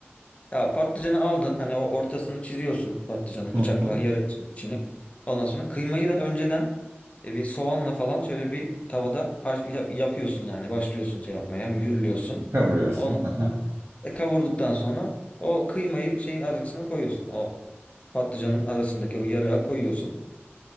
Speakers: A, on the left; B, on the right.
A: Ya patlıcanı aldın. Hani o ortasını çiziyorsun patlıcanı
B: Hı
A: bıçakla
B: hı.
A: yarıyorsun içini. Ondan sonra kıymayı da önceden e, bir soğanla falan şöyle bir tavada haş, yap- yapıyorsun yani. Başlıyorsun şey yapmaya, mühürlüyorsun.
B: Kavuruyorsun.
A: Ondan
B: Hı
A: sonra
B: hı.
A: e, kavurduktan sonra o kıymayı şeyin arasına koyuyorsun. O patlıcanın arasındaki o yarığa koyuyorsun.